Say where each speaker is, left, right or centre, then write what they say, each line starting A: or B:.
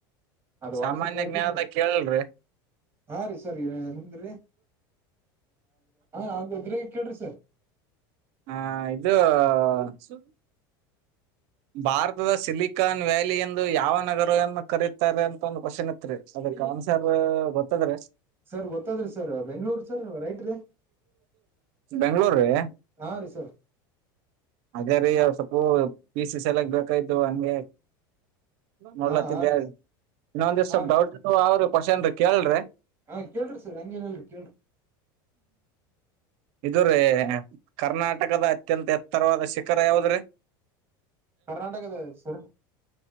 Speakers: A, on the right; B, on the right.
A: ಅದು ವಾಟ್ಸಪ್
B: ಸಾಮಾನ್ಯ
A: ಗೆ ಹಾಕಿದ್
B: ಜ್ಞಾನದಾಗ
A: ನೋಡೂ
B: ಕೇಳಲ್ರಿ
A: ಹಾ ರೀ ಸರ್ ಏನದ್ ರೀ ಆ ಕೇಳ್ರಿ ಸರ್
B: ಹಾ ಇದು ಸ್ ಭಾರತದ ಸಿಲಿಕಾನ್ ವ್ಯಾಲಿ ಎಂದು ಯಾವ ನಗರವನ್ನು ಕರೀತಾರೆ ಅಂತ ಒಂದು ಕ್ವಶನ್ ಇತ್ರಿ ಅದಕ್ ಆನ್ಸರೂ ಗೊತ್ತಾದ್ ರೀ
A: ಸರ್ ಗೊತ್ತಾದ್ರಿ ಸರ್ ಬೆಂಗ್ಳೂರ್ ಸರ್ ರೈಟ್ ರೀ
B: ಬೆಂಗಳೂರ್ ಹ್ಮ್ ರೀ
A: ಹಾ ರೀ ಸರ್
B: ಹಾಗ ರೀ ಅವು ಸ್ವಪು ಪಿ ಸಿ ಸಲಕ್ ಬೇಕಾಯ್ದು ಹಂಗೆ ನೋಡ್ಲತ್ತಿದ್ದೇ
A: ಹಾ ಹಾ ರೀ
B: ಇನ್ನೊಂದಷ್ಟೀ
A: ಹಾ ರೀ
B: ಡೌಟ್ ಇದ್ದವು ಅವ್ರರು ಕ್ವಾಶನ್ ರೀ ಕೇಳಲ್ ರೀ
A: ಹಾ ಕೇಳ್ರಿ ಸರ್ ಹಂಗೇನಲ್ರಿ ಕೇಳ್ರಿ
B: ಇದು ರೀ ಕರ್ನಾಟಕದ ಅತ್ಯಂತ ಎತ್ತರವಾದ ಶಿಖರ ಯಾವುದ್ರೀ
A: ಕರ್ನಾಟಕದ ಸರು